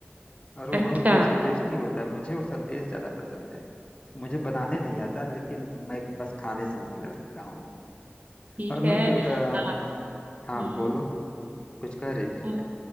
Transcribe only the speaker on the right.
अच्छा
ठीक
है
आ,
हम्म
म-